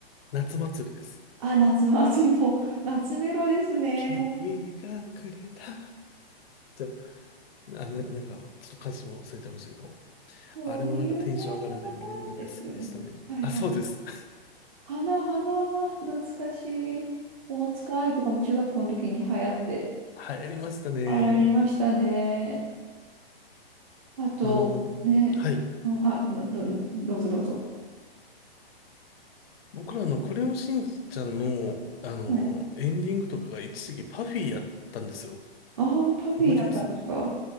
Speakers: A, on the left; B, on the right.
A: 夏祭りです。
B: あ、夏祭りも、<laughs> 夏メロですね。
A: 君がくれた。じゃあ、あな、なんか、ちょっと歌詞も忘れちゃいましたけど、
B: そういうね、
A: あれもなんかテンション上がるんでみんなで好きでしたね。
B: の中ですよね。はいはい。
A: あ、そうです。
B: 花花、懐かしい。大塚愛とかも中学校の時に流行って、
A: 流行りましたね。
B: あれありましたね。あと、
A: あの、
B: ね、
A: はい。
B: うん、あ、のど、どうぞどうぞ。
A: 僕らのクレヨンしんちゃんの、あの、
B: はい。
A: エンディングとかが一時期パフィーやったんですよ。
B: ああ、パフィーだったんですか。
A: 覚えてます